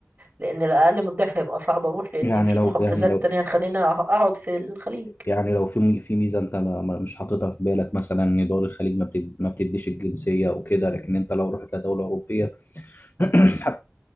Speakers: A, on the right (about 45°); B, on the left (about 50°).
A: لان الاقل من الضعف هيبقى صعب اروح لان
B: يعني
A: في
B: لو
A: محفزات
B: يعني لو
A: تانية تخليني اقعد في الخليج
B: يعني لو في مي- في ميزة انت ما ما- مش حاططها في بالك مثلا ان دول الخليج ما بتد... ما بتديش الجنسية وكده لكن انت لو رحت لدولة أوروبية <clears throat> حت-